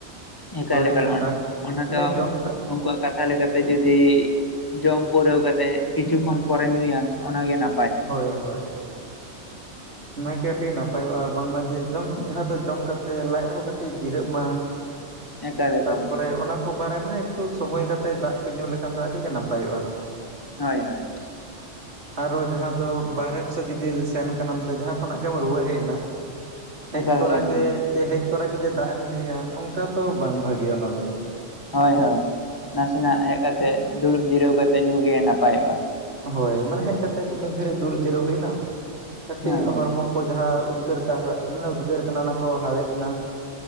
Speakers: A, on the left; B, on the right.
A: ᱮᱠᱟᱞ
B: ᱦᱳᱭ
A: ᱮᱠᱟᱞ ᱚᱱᱟ
B: ᱫᱟᱜ
A: ᱚᱱᱟ
B: ᱚᱱᱮ
A: ᱫᱚ
B: ᱡᱚᱢ ᱠᱟᱜ
A: ᱩᱱᱠᱩᱣᱟᱜ ᱠᱟᱛᱷᱟ ᱞᱮᱠᱟᱛᱮ ᱡᱩᱫᱤ ᱡᱚᱢ ᱯᱩᱨᱟᱹᱣ ᱠᱟᱛᱮ ᱠᱤᱪᱷᱩ ᱠᱷᱚᱱ ᱯᱚᱨᱮ ᱧᱩᱭᱟᱢ ᱚᱱᱟᱜᱮ ᱱᱟ
B: ᱦᱳᱭ ᱦᱳᱭ ᱾ ᱚᱱᱟᱜᱮ ᱟᱹᱰᱤ ᱱᱟᱯᱟᱭᱚᱜᱼᱟ ᱵᱟᱝᱢᱟ ᱡᱮ ᱡᱚᱢ ᱡᱟᱦᱟᱸ ᱫᱚ ᱡᱚᱢ ᱠᱟᱛᱮ ᱞᱟᱡ ᱨᱮᱦᱚᱸ ᱠᱟᱹᱴ ᱠᱟᱹᱴᱤᱡ ᱡᱤᱨᱟᱹᱜ ᱢᱟ
A: ᱮᱠᱟᱞ ᱮᱠᱟᱞ
B: ᱛᱟᱯᱚᱨᱮ ᱚᱱᱟ ᱠᱚ ᱵᱟᱲᱟᱭ ᱢᱟ ᱮᱠᱴᱩ ᱥᱚᱢᱚᱭ ᱠᱟᱛᱮᱫ ᱫᱟᱜ ᱠᱚ ᱧᱩ ᱞᱮᱠᱷᱟᱱ ᱫᱚ ᱟᱹᱰᱤ ᱜᱮ ᱱᱟᱯᱟᱭᱚᱜᱼᱟ᱾
A: ᱦᱳᱭ ᱦᱳᱭ,
B: ᱟᱨᱦᱚ ᱡᱟᱦᱟᱸ ᱫᱚ ᱵᱟᱦᱮᱨᱮ ᱠᱚᱥᱮᱫ ᱡᱩᱫᱤ ᱥᱮᱱ ᱠᱟᱱᱟᱢ ᱥᱮ ᱡᱟᱦᱟᱸ ᱠᱷᱚᱱᱟᱜ ᱜᱮᱢ ᱨᱩᱣᱟᱹᱲ ᱦᱮᱡ ᱮᱱᱟ ᱦᱮᱡ
A: ᱮᱠᱟᱞ
B: ᱛᱚᱨᱟ
A: ᱮᱠᱟᱞ ᱜᱚᱝᱠᱮ
B: ᱜᱮ ᱡᱮ ᱦᱮᱡ ᱛᱚᱨᱟ ᱜᱮ ᱡᱮ ᱫᱟᱜ ᱮᱢ ᱧᱩᱭᱟ ᱚᱱᱠᱟ ᱫᱚ ᱵᱟᱝ ᱵᱷᱟᱜᱮᱭᱟ ᱚᱱᱟ ᱫᱚ ᱾
A: ᱦᱳᱭ ᱦᱳᱭ ᱱᱟᱥᱮᱱᱟᱜ ᱦᱮᱡ ᱠᱟᱛᱮ ᱫᱩᱲᱩᱵ ᱡᱤᱨᱟᱹᱣ ᱠᱟᱛᱮᱜ ᱧᱩ ᱜᱮ ᱱᱟᱯᱟᱭᱚᱜᱼᱟ ᱾
B: ᱦᱳᱭ ᱢᱟᱱᱮ ᱦᱮᱡ ᱠᱟᱛᱮᱜ ᱢᱤᱫ ᱜᱷᱟᱹᱲᱤᱡ ᱫᱩᱲᱩᱵ ᱡᱤᱨᱟᱹ ᱦᱩᱭᱱᱟ ᱠᱟᱹᱴᱤᱡ
A: ᱦᱳᱭ ᱦᱳᱭ
B: ᱦᱚᱲᱢᱚ ᱠᱚ ᱡᱟᱦᱟᱸ ᱩᱫᱽᱜᱟᱹᱨ ᱫᱟᱜ ᱦᱟᱭᱮᱫ ᱢᱟᱱᱮ ᱩᱫᱽᱜᱟᱹᱨ ᱠᱟᱱᱟ ᱚᱱᱟ ᱠᱚ ᱦᱟᱣᱮᱫ ᱮᱱᱟ ᱾